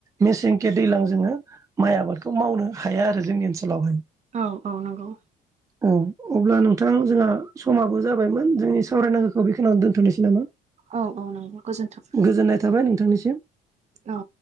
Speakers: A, on the right; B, on the right.
A: मेसेंखे दैज्लां जोङो माइ आबादखौ मावनो हाया आरो जोंनि ओनसोलावहाय।
B: औ औ नंगौ।
A: औ अब्ला नोंथां जोंहा समाबो जाबायमोन जोंनि सावरायनांगौखौ बेखिनियावनो दोनथ'नोसै नामा?
B: औ औ नंगौ गोजोन्थों।
A: गोजोननाय थाबाय नोंथांनिसिम।
B: औ।